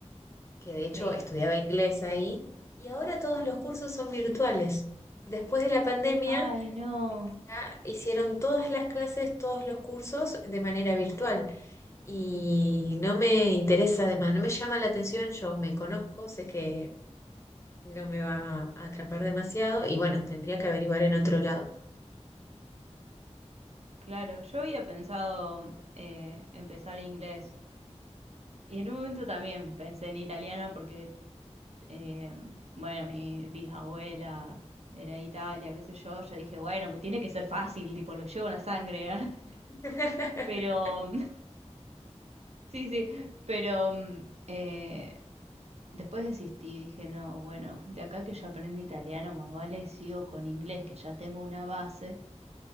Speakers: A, on the left (about 25°); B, on the right (about 65°).
A: que de hecho
B: sí.
A: estudiaba inglés ahí, y ahora todos los cursos son virtuales. Después de la pandemia
B: Ay, no.
A: ya hicieron todas las clases, todos los cursos de manera virtual. Y no me interesa además, no me llama la atención, yo me conozco, sé que no me va a atrapar demasiado y bueno, tendría que averiguar en otro lado.
B: Claro, yo había pensado eh, empezar inglés, Y en un momento también pensé en italiano porque, eh, bueno, mi bisabuela era de Italia, qué sé yo. Yo dije, bueno, me tiene que ser fácil, tipo, lo llevo en la sangre. <laughs>
A: <laughs>
B: Pero, <laughs> sí, sí, pero mm, eh, después desistí. Dije, no, bueno, de acá que yo aprendí italiano, más vale sigo con inglés, que ya tengo una base